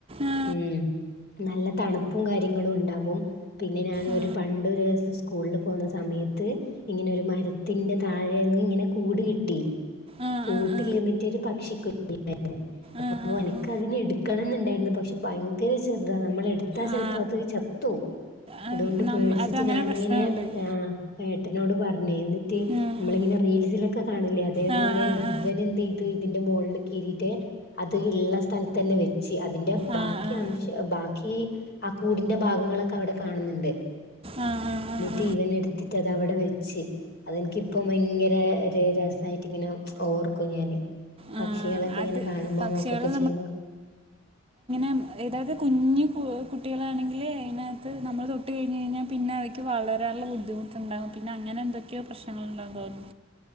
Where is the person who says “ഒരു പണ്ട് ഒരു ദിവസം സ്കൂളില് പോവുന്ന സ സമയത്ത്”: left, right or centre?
Left